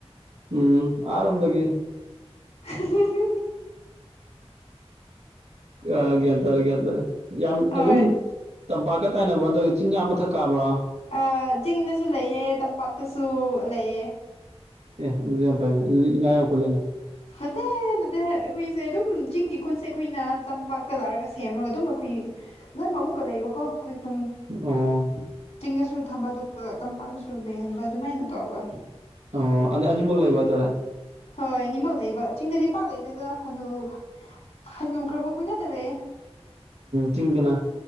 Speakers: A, on the right (about 85°); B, on the left (about 80°).
A: ꯎꯝ ꯑꯥꯔꯣꯝꯗꯒꯤ
B: <inaudible>
A: ꯑ ꯒ꯭ꯌꯥꯟ ꯇꯔꯦ ꯒ꯭ꯌꯥꯟ ꯇꯥꯔꯦ ꯌꯥꯝ
B: ꯍꯣꯏ
A: ꯑꯗꯨꯝ ꯇꯝꯄꯥꯛꯀ ꯇꯥꯏꯅꯕ꯭ꯔꯣ ꯅꯠꯇ꯭ꯔꯒ ꯆꯤꯡꯒꯥ ꯃꯊꯛ ꯀꯥꯕ꯭ꯔꯣ
B: ꯑ ꯆꯤꯡꯗꯁꯨ ꯂꯩꯑꯦ ꯇꯝꯄꯥꯛꯇꯁꯨ ꯂꯩꯌꯦ
A: ꯑꯦ ꯑꯗꯨꯗꯤ ꯌꯥꯝ ꯐꯩꯅꯦ ꯑꯗꯨꯗꯤ ꯏꯅꯥꯎꯒꯜꯂꯦꯅꯦ
B: ꯅꯠꯇꯦ ꯅꯠꯇꯦ ꯑꯩꯈꯣꯏꯁꯦ ꯑꯗꯨꯝ ꯆꯤꯡꯒꯤ ꯈꯨꯟꯁꯦ ꯑꯩꯈꯣꯏꯅ ꯇꯝꯄꯥꯛꯇ ꯂꯛꯑꯒ ꯁꯦꯝꯃꯒ ꯑꯗꯨꯝ ꯑꯩꯈꯣꯏ ꯂꯣꯏ ꯑꯃꯨꯛꯀ ꯂꯩꯌꯦꯕꯀꯣ ꯑꯩꯈꯣꯏ
A: ꯑꯣ
B: ꯆꯤꯡꯅꯁꯨ ꯊꯝꯕ ꯑꯗꯨꯒ ꯇꯝꯄꯥꯛꯇꯁꯨ ꯂꯩꯍꯟꯕ ꯑꯗꯨꯃꯥꯏꯅ ꯇꯧꯕ
A: ꯑꯣ ꯑ ꯑꯅꯤꯃꯛ ꯂꯩꯕ ꯍꯥꯏꯇꯥꯔꯦ
B: ꯍꯣꯏ ꯑꯅꯤꯃꯛ ꯂꯩꯕ ꯆꯤꯡꯗꯗꯤ ꯄꯥꯛ ꯂꯩꯗꯦꯗ ꯍꯅꯨ ꯍ ꯅꯨꯈ꯭ꯔꯕꯨꯣ ꯈꯨꯒ ꯇꯔꯦ
A: ꯆꯤꯡꯗꯅ